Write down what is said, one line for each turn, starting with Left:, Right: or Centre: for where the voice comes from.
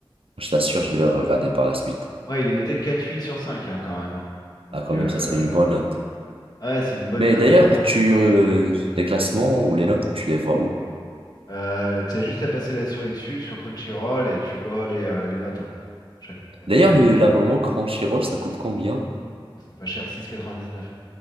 Right: Je t'assure, je vais le regarder par la suite.
Left: Ouais, il est noté 4,8 sur 5 hein, quand même. hein. Donc,
Right: Ah, quand
Left: euh,
Right: même, ça, c'est une bonne note.
Left: ouais, c'est une bonne
Right: Mais
Left: note.
Right: d'ailleurs,
Left: hein.
Right: tu, euh, les classements ou les notes, tu les vois où?
Left: Euh, tu as juste à passer la souris dessus sur Crunchyroll et tu vois les, euh, les notes en fait. Chaque manga.
Right: D'ailleurs, le- l'abonnement Crunchyroll, ça coûte combien?
Left: Bon, c'est pas cher, 6,99.